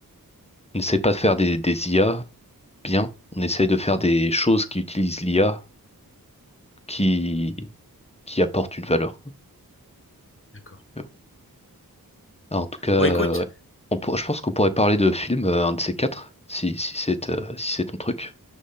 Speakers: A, on the left (about 15°); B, on the left (about 35°).
A: On n'essaie pas de faire des, des IA bien, on essaie de faire des choses qui utilisent l'IA qui, qui apportent une valeur. quoi.
B: d'accord.
A: Tu vois. Alors, en tout cas, euh,
B: Bon, écoute,
A: ouais. On pour- je pense qu'on pourrait parler de films, euh, un de ces quatre, si, si c'est euh, si c'est ton truc.